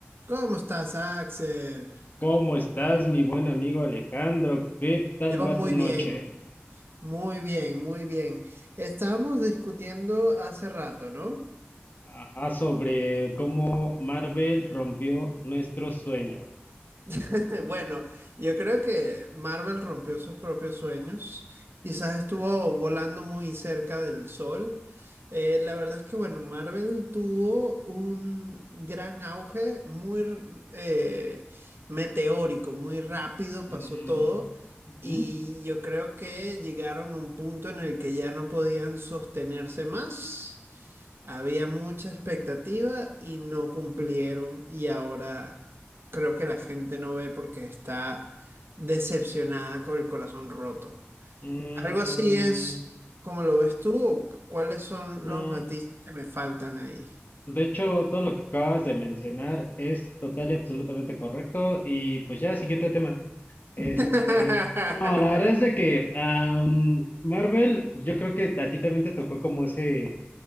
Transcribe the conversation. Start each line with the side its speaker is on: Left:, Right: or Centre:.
Right: ¿Cómo estás, Axel?
Left: ¿Cómo estás, mi buen amigo Alejandro? ¿Qué tal
Right: Yo
Left: va
Right: muy
Left: tu noche?
Right: bien, muy bien, muy bien. Estábamos discutiendo hace rato, ¿no?
Left: Ajá, sobre cómo Marvel rompió nuestros sueños.
Right: <laughs> Bueno, yo creo que Marvel rompió sus propios sueños. Quizás estuvo volando muy cerca del sol. Eh, la verdad es que, bueno, Marvel tuvo un gran auge, muy eh, meteórico, muy rápido
Left: Mm,
Right: pasó todo.
Left: ujú,
Right: Y yo creo que llegaron a un punto en el que ya no podían sostenerse más. Había mucha expectativa y no cumplieron y ahora creo que la gente no ve porque está decepcionada con el corazón roto.
Left: mm,
Right: ¿Algo así es como lo ves tú o cu- cuáles son
Left: mm.
Right: los matices que me faltan ahí?
Left: De hecho, todo lo que acabas de mencionar es total y absolutamente correcto. Y pues ya, siguiente tema. Este,
Right: <laughs>
Left: no, la verdad es de que am, Marvel, yo creo que a ti también te tocó como ese